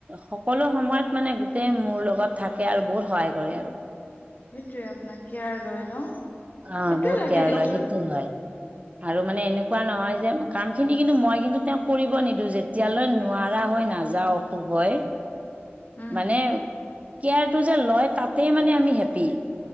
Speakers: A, on the right (about 35°); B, on the left (about 45°).
A: সকলো সময়ত মানে গোটেই মোৰ লগত থাকে আৰু বহুত সহায় কৰে আৰু।
B: সেইটোয়ে আপোনাক কেয়াৰ লয় ন'?
A: অ'
B: সেইটোয়ে
A: বহুত
B: লাগে
A: কেয়াৰ
B: দিয়কচোন
A: লয় সেইটো হয়, আৰু মানে এনেকুৱা নহয় যে, কামখিনি কিন্তু মই কিন্তু তেওঁক কৰিব নিদো, যেতিয়ালে নোৱাৰা হৈ নাযাওঁ অসুখ হৈ।
B: উম,
A: মানে কেয়াৰটো যে লয়, তাতে মানে আমি হেপি।